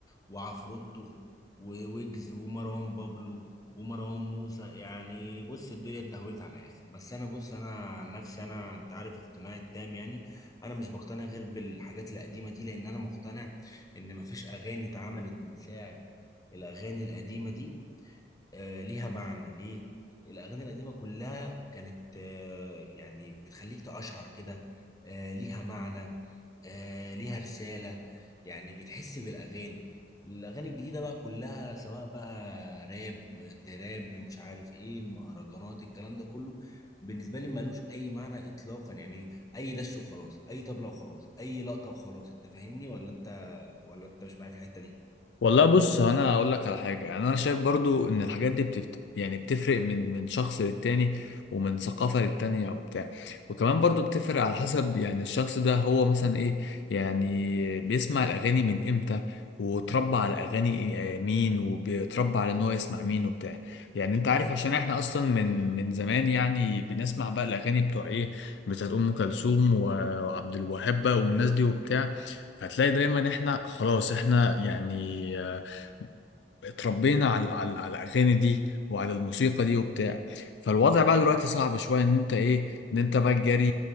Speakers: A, on the left; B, on the left.
A: وعفروتو وويجز ومروان بابلو ومروان موسى يعني بص الدنيا اتدهولت على الاخر بس انا بص انا عن نفسي انا انت عارف اقتناعي التام يعني انا مش بقتنع غير بالحاجات القديمة دي لان انا مقتنع ان مفيش اغاني اتعملت من ساعة الاغاني القديمة دي آه، ليها معنى ليه الاغاني القديمه كلها كانت آه، يعني بتخليك تقشعر كده آه، ليها معنى آه، ليها رساله يعني بتحس بالاغاني الاغاني الجديده بقى كلها سواء بقى راب تراب مش عارف ايه المهرجانات الكلام ده كله بالنسبه لي ملوش اي معنى اطلاقا يعني اي دش وخلاص اي طبله وخلاص اي لقطه وخلاص انت فاهمني ولا انت ولا انت مش معايا في الحته دي
B: والله بص هو انا اقول لك على حاجه يعني انا شايف برضو ان الحاجات دي بتفت... يعني بتفرق من من شخص للتاني ومن ثقافه للتانيه وبتاع وكمان برضو بتفرق على حسب يعني الشخص ده هو مثلا ايه يعني بيسمع الاغاني من امتى وتربى على اغاني إيه- آه، مين وبيتربى على ان هو يسمع مين وبتاع يعني انت عارف عشان احنا اصلا من من زمان يعني بنسمع بقى الاغاني بتوع ايه بتاعت ام كلثوم و- وعبد الوهاب بقى والناس دي وبتاع فتلاقي دايما احنا خلاص احنا يعني آه، اتربينا على على على الاغاني دي وعلى الموسيقى دي وبتاع فالوضع بقى دلوقتي صعب شويه ان انت ايه ان انت بقى تجاري